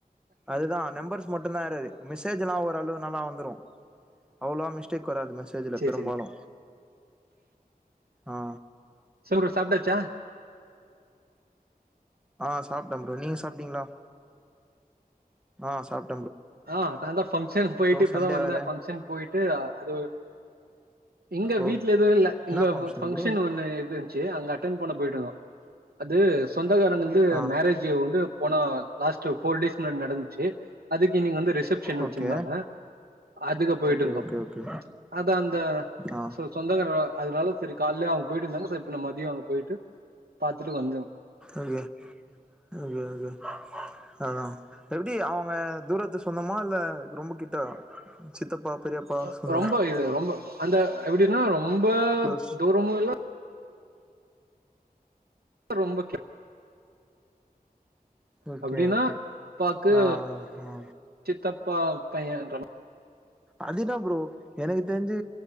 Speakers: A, in the centre; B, on the right.
A: அதுதா நம்பர்ஸ் மட்டும்தா எர்ராரு மெசேஜ் எல்லா ஓரளவு நல்லா வந்துரு அவ்ளோவா மிஸ்டேக் வராது மெசேஜ்ல
B: சேரி
A: பெரும்பாலு
B: சேரி
A: ஆ
B: <unintelligible> ப்ரோ சாப்ட்டாச்சா
A: ஆ சாப்ட்டே ப்ரோ நீங்க சாப்ட்டீங்களா ஆ சாப்
B: ஆ நா தா ஃபங்க்ஷன் போயிட்டு இப்பதா
A: சண்டே
B: வந்தே
A: வேற
B: ஃபங்க்ஷன் போயிட்டு அ அது இங்க
A: ஓ
B: வீட்ல எதுவு இல்ல
A: என்னா
B: இங்க ஃபங்க்ஷன்
A: ப்ரோ அது
B: ஒண்ணு இருந்துச்சு அங்க அட்டன் பண்ண போயிட்டு வந்தோ அது சொந்தக்காரங்கள்து
A: ஆ
B: மேரேஜு வந்து போன லாஸ்ட் போர் டேஸ் முன்னாடி நடந்துச்சு அதுக் ஈவ்னிங் வந்து ரிசப்ஷன் வச்சிருந்தாங்க
A: ஓகே
B: அதுக்கு போயிட்டுந்தோ
A: ஓகே ஓகே ஓகே
B: அதா அந்த
A: ஆ
B: சொ சொந்தகரவா அதனால செரி கால்லியே அவுங்க போயிட்டு இருந்தாங்க செ இப்ப நா மதியோ அங்க போயிட்டு பாத்துட்டு வந்தோ
A: ஓகே ஓகே ஓக்கே அதா எப்டி அவுங்க தூரத்து சொந்தமா இல்ல ரொம்ப கிட்டவா சித்தப்பா பெரியப்பா
B: ஒ
A: சொந்தோ
B: ரொம்ப இது ரொம்ப அந்த எப்டின்னா ரொம்ப
A: க்ளோஸ்
B: தூரமு இல்ல ரொம்ப கி
A: ஓகே
B: அப்டின்னா
A: ஓகே
B: பாக்கு
A: ஆ ஆ
B: சித்தப்பா பையன்ற மா
A: அது இன்ன ப்ரோ எனக்கு தெரிஞ்சு